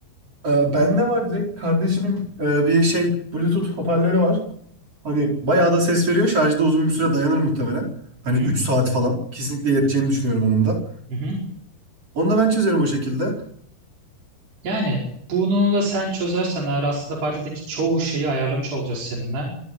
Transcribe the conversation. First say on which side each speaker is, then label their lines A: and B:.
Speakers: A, on the right (about 30°); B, on the right (about 60°).
A: Ee, bende var direkt. Kardeşimin e, bir şey Bluetooth hoparlörü var. Hani bayağı da ses veriyor. Şarjda uzun bir süre dayanır muhtemelen. Hani
B: Hı hı.
A: 3 saat falan. Kesinlikle yeteceğini düşünüyorum onun da.
B: Hı hı.
A: Onu da ben çözerim o şekilde.
B: Yani bunu da sen çözersen eğer aslında partideki çoğu şeyi ayarlamış olacağız seninle.